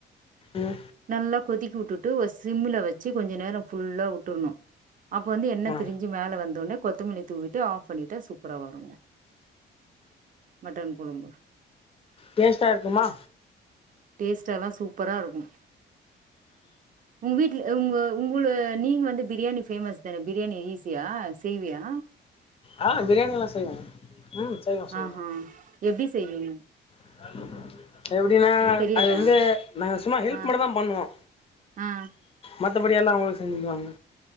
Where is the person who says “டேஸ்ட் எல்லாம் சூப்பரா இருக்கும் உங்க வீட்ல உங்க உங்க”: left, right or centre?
Right